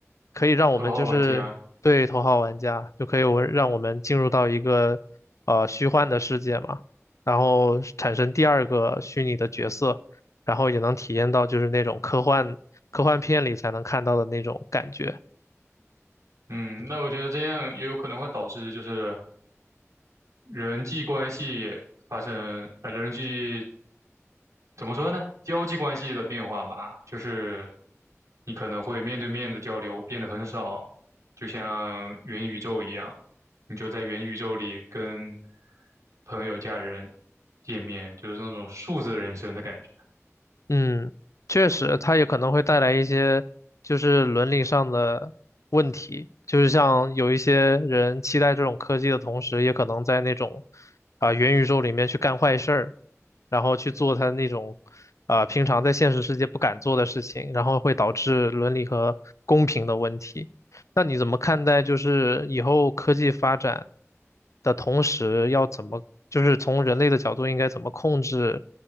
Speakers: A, on the left; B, on the right.
A: 可以让我们就是对头号玩家，
B: 头号玩家，
A: 就可以我让我们进入到一个呃虚幻的世界嘛，然后产生第二个虚拟的角色。然后也能体验到就是那种科幻科幻片里才能看到的那种感觉。
B: 嗯，那我觉得这样也有可能会导致就是。人际关系发生，呃，人际怎么说呢？交际关系的变化吧，就是你可能会面对面的交流变得很少，就像元宇宙一样，你就在元宇宙里跟朋友、家人见面，就是那种数字人生的感觉。
A: 嗯，确实，它也可能会带来一些就是伦理上的问题，就是像有一些人期待这种科技的同时，也可能在那种啊、元宇宙里面去干坏事儿，然后去做他那种啊、平常在现实世界不敢做的事情，然后会导致伦理和公平的问题。那你怎么看待就是以后科技发展的同时，要怎么就是从人类的角度应该怎么控制？